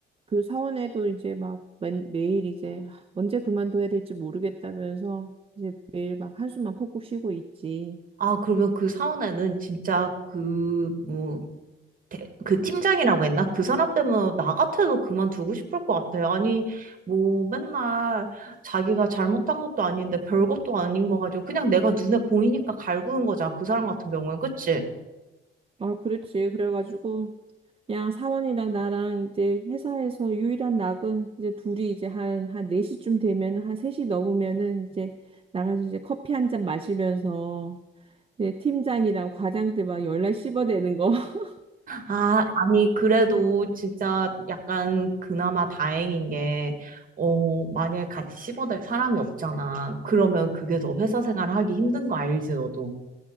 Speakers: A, on the right (about 30°); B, on the right (about 45°).
A: 그 사원에도 이제 막 매, 매일 이제 언제 그만둬야 될지 모르겠다면서 이제 매일 막 한숨만 푹푹 쉬고 있지.
B: 아, 그러면 그 사원에는 진짜 그, 뭐, 대- 그 팀장이라고 했나? 그 사람 때문에 나 같아도 그만두고 싶을 것 같아요. 아니, 뭐 맨날 자기가 잘못한 것도 아닌데 별것도 아닌 거 가지고 그냥 내가 눈에 보이니까 갈구는 거잖아. 그 사람 같은 경우는 그치?
A: 어, 그렇지. 그래가지고, 그냥 사원이랑 나랑 이제 회사에서 유일한 낙은 이제 둘이 이제 한, 한 4시쯤 되면은, 한 3시 넘으면은 이제 나가서 이제 커피 한 잔 마시면서, 이제 팀장이랑 과장들 막 열날 씹어대는 거. <laughs>
B: 아, 아니 그래도 진짜 약간 그나마 다행인 게 어, 만약에 같이 씹어댈 사람이 없잖아. 그러면 그게 더 회사 생활 하기 힘든 거 알지, 너도?